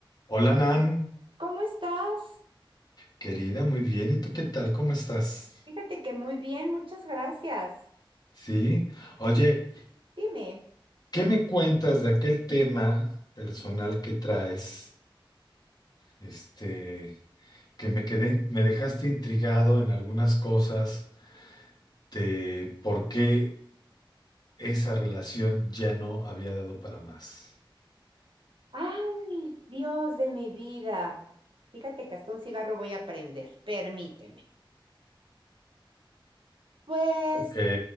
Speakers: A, on the left; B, on the right.
A: Hola Nan,
B: ¿Cómo estás?
A: querida, muy bien. ¿Y tú qué tal? ¿Cómo estás?
B: Fíjate que muy bien, muchas gracias.
A: Sí. Oye,
B: Sí, dime.
A: ¿qué me cuentas de aquel tema personal que traes? Este, que me quedé, me dejaste intrigado en algunas cosas de por qué esa relación ya no había dado para más.
B: Ay, Dios de mi vida. Fíjate que hasta un cigarro voy a prender, permíteme. Pues,
A: Ok,